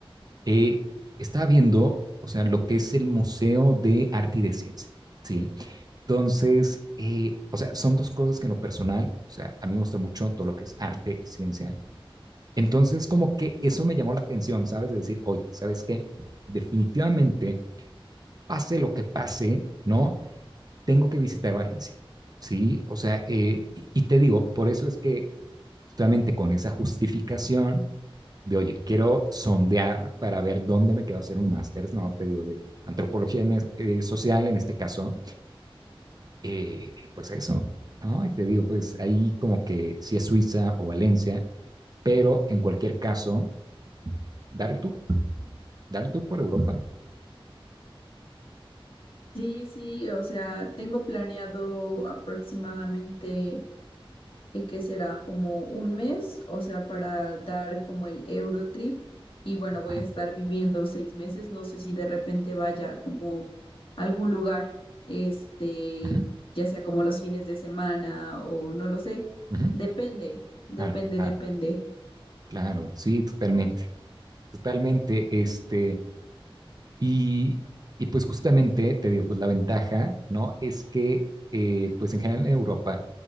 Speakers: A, on the right; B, on the left.
A: eh, estaba viendo, o sea, lo que es el Museo de Arte y de Ciencia, ¿sí? Entonces, eh, o sea, son dos cosas que en lo personal, o sea, a mí me gusta mucho todo lo que es arte y ciencia. Entonces, como que eso me llamó la atención, ¿sabes? De decir, oye, ¿sabes qué? Definitivamente, pase lo que pase, ¿no? Tengo que visitar Valencia, ¿sí? O sea, eh, y, y te digo, por eso es que justamente con esa justificación, de, oye, quiero sondear para ver dónde me quedo hacer un máster, no, te digo, de antropología en es, eh, social en este caso, eh, pues eso, ¿no? Y te digo, pues ahí como que si es Suiza o Valencia, pero en cualquier caso, dar el tour, dar el tour por Europa.
B: Sí, sí, o sea, tengo planeado aproximadamente eh, que será como un mes, o sea, para dar como el Eurotrip y bueno, voy
A: Ajá,
B: a estar viviendo seis meses, no sé si de repente vaya como a algún lugar, este,
A: ajá,
B: ya sea como los fines de semana o no lo sé,
A: ajá.
B: depende, depende,
A: Claro, claro,
B: depende.
A: claro, sí, totalmente, totalmente, este, Y, y pues justamente, te digo, pues la ventaja, ¿no? Es que, eh, pues en general en Europa,